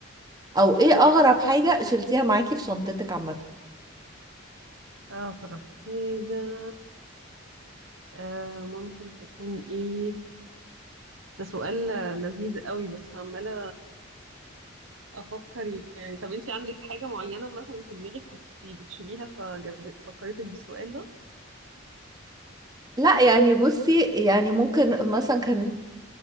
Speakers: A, on the right (about 20°); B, on the right (about 70°).
A: او ايه اغرب حاجة شلتيها معاكي في شنطتك عامة
B: طب حاجه آه ممكن تكون ايه ده سؤال لذيذ قوي بس عمالة افكر يعني طب انتي عندك حاجة معينة مثلا في دماغك كنت بتشيليها ففكرتك بالسؤال ده
A: لا يعني بصي يعني ممكن مثلا كان